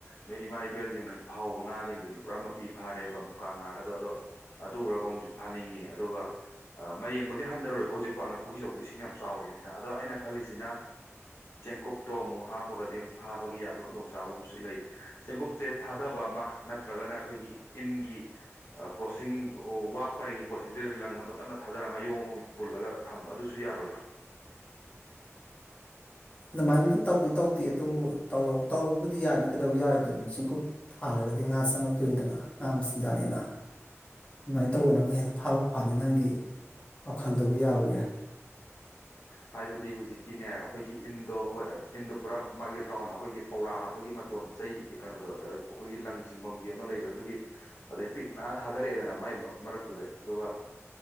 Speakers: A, on the left; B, on the left.
A: ꯅꯣꯏ ꯏꯃꯥ ꯏꯕꯦꯜꯁꯤꯡꯅ ꯐꯥꯍꯧꯕ ꯉꯥꯁꯤꯡꯗꯨꯗꯤ ꯄꯨꯔꯥ ꯃꯄꯤ ꯐꯥꯔꯦꯕ ꯃꯨꯀꯥ ꯉꯥꯒꯗꯣ ꯑꯗꯣ ꯑꯗꯨ ꯎꯔꯒ ꯑꯃꯨꯛꯁꯨ ꯐꯥꯅꯤꯡꯉꯦ ꯑꯗꯨꯒ ꯃꯌꯦꯡꯕꯨꯗꯤ ꯍꯟꯊꯔꯣꯏꯀꯣ ꯍꯧꯖꯤꯛ ꯄꯅ ꯄꯨꯈ꯭ꯔꯤ ꯆꯧꯗꯣ ꯏꯁꯤꯡ ꯌꯥꯝ ꯆꯥꯎꯔꯤꯕꯅꯤ꯫ ꯑꯗꯣ ꯑꯩꯅ ꯈꯜꯂꯤꯁꯤꯅ ꯆꯦꯡꯀꯨꯞꯇꯣ꯫ ꯑꯃꯨꯛ ꯍꯥꯞꯄꯒꯗꯤ ꯑꯃꯨꯛ ꯐꯥꯕꯒꯤ ꯌꯥꯕꯒꯤ ꯈꯨꯗꯣꯡꯆꯥꯕ ꯑꯃꯁꯨ ꯂꯩ ꯆꯦꯡꯒꯨꯞꯁꯦ ꯊꯥꯗꯕ ꯑꯃ ꯅꯠꯇ꯭ꯔꯒꯅ ꯑꯩꯈꯣꯏꯒꯤ ꯏꯟꯒꯤ ꯀ꯭ꯔꯣꯁꯤꯡ ꯋꯥ ꯄꯔꯤꯡꯒꯤ ꯀ꯭ꯔꯣꯁꯤꯡꯗꯨ ꯂꯪ ꯑꯃ ꯇꯞꯅ ꯊꯥꯗꯔ ꯃꯥꯏꯌꯣꯡ ꯑꯃꫭꯏꯅ ꯄꯨꯜꯂꯒ ꯊꯝꯕ ꯑꯗꯨꯁꯨ ꯌꯥꯔꯣꯏꯗ꯭ꯔꫭ꯫
B: ꯑꯗꯨꯃꯥꯏꯅꯗꯤ ꯇꯧꯗꯤ ꯇꯧꯗꯦ ꯑꯗꯨꯕꯨ ꯇꯧꯔ ꯇꯧꯕꯕꯨꯗꯤ ꯌꯥꯅꯤ ꯀꯩꯗꯧꯕ ꯌꯥꯔꯣꯏꯗꯨꯅ ꯆꯤꯡꯀꯨꯞ ꯊꯥꯔꯒꯗꯤ ꯉꯥ ꯆꯪꯉꯛꯇꯣꯏꯅꯤꯗꯅ ꯉꯥ ꯃꯆꯤꯟꯖꯥꯛꯅꯤꯅ ꯑꯗꯨꯃꯥꯏꯅ ꯇꯧꯕꯅ ꯑꯃꯨꯛ ꯍꯦꯟꯅ ꯐꯥꯕ ꯐꯥꯅꯤ ꯅꯪꯒꯤ ꯋꯥꯈꯜꯗꯕꯨ ꯌꯥꯎ ꯌꯥꯏ
A: ꯍꯥꯏꯕꯗꯤ ꯍꯨꯖꯤꯛꯀꯤꯅꯦ ꯑꯈꯣꯏꯒꯤ ꯏꯟꯗꯣ ꯍꯣꯏ ꯏꯟꯗꯣ ꯄꯨꯔꯥ ꯃꯥꯒꯤ ꯔꯥꯎꯟ ꯑꯈꯣꯏꯒꯤ ꯄꯧꯔꯥ ꯍꯥꯞꯄꯒꯤ ꯃꯇꯣꯟ ꯆꯩ ꯀꯩꯅꯣꯗꯣ ꯑꯈꯣꯏꯒꯤ ꯂꯪ ꯆꯤꯡꯕꯝꯒꯤ ꯑꯃ ꯂꯩꯕꯗꫭ ꯑꯗꯨꯒꯤ ꯑꯗꯩ ꯄꯤꯛꯅ ꯊꯥꯗꯔꯛꯑꯦꯗꯅ ꯃꯥꯏ ꯃꯔꯛꯇꯨꯗ ꯑꯗꯨꯒ